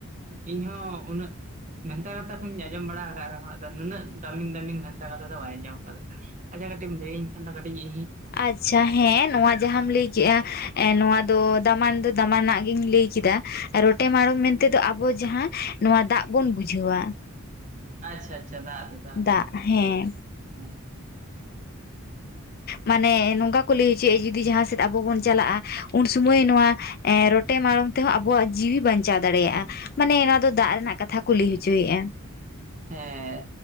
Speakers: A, on the right; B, on the left.
A: ᱤᱧᱦᱚᱸ ᱩᱱᱟᱹᱜ ᱵᱷᱮᱱᱛᱟ ᱠᱟᱛᱷᱟ ᱠᱚᱧ ᱟᱸᱡᱚᱢ ᱵᱟᱲᱟ ᱟᱠᱟᱫ ᱨᱮᱦᱚᱸ ᱟᱫᱚ ᱱᱩᱱᱟᱹᱜ ᱫᱟᱢᱤᱱ ᱫᱟᱢᱤᱱ ᱵᱷᱮᱱᱛᱟ ᱠᱟᱛᱷᱟ ᱫᱚ ᱵᱟᱭ ᱟᱸᱡᱚᱢ ᱟᱠᱟᱫᱟ ᱟᱪᱟ ᱠᱟᱹᱴᱤᱡ ᱮᱢ ᱞᱟᱹᱭᱟᱧ <unintelligible>
B: ᱟᱪᱪᱷᱟ ᱦᱮᱸ ᱱᱚᱣᱟ ᱡᱟᱦᱟᱸᱢ ᱞᱟᱹᱭ ᱠᱮᱜ - ᱟ ᱱᱚᱣᱟ ᱫᱚ ᱫᱟᱢᱟᱱ ᱫᱚ ᱫᱟᱢᱟᱱᱟᱜ ᱜᱤᱧ ᱞᱟᱹᱭ ᱠᱮᱫᱟ ᱴᱮ ᱢᱟᱲᱚᱢ
A: ᱦᱩᱸ
B: ᱢᱮᱱᱛᱮᱫᱚ ᱟᱵᱚ ᱡᱟᱦᱟᱸ ᱱᱚᱣᱟ ᱫᱟᱜ ᱵᱚᱱ ᱵᱩᱡᱷᱟᱹᱣᱟ
A: ᱟᱪᱪᱷᱟ ᱟᱪᱪᱷᱟ ᱫᱟᱫᱟ ᱫᱟᱜ ᱦᱳᱭ
B: ᱫᱟᱜ
A: ᱦᱳᱭ
B: ᱦᱮᱸ
A: ᱦᱮᱸ
B: ᱢᱟᱱᱮ ᱱᱚᱝᱠᱟ ᱠᱚ ᱞᱟᱹᱭ ᱦᱚᱪᱚᱭᱮᱜ ᱡᱩᱫᱤ ᱡᱟᱦᱟᱸ ᱥᱮᱫ ᱟᱵᱚ ᱵᱚᱱ ᱪᱟᱞᱟᱜ-ᱟ ᱩᱱ ᱥᱩᱢᱚᱭ ᱱᱚᱣᱟ ᱮ ᱨᱚᱴ ᱴᱮ ᱢᱟᱲᱚᱢ ᱛᱮᱦᱚᱸ ᱟᱵᱚᱣᱟᱜ ᱡᱤᱣᱤ ᱵᱟᱧᱪᱟᱣ ᱫᱟᱲᱮᱭᱟᱜᱼᱟ ᱢᱟᱱᱮ ᱱᱚᱣᱟ ᱫᱚ ᱫᱟᱜ ᱨᱮᱱᱟᱜ ᱠᱟᱛᱷᱟ ᱠᱚ ᱞᱟᱹᱭ ᱦᱚᱪᱚᱭᱮᱜ-ᱟ
A: ᱦᱮᱸ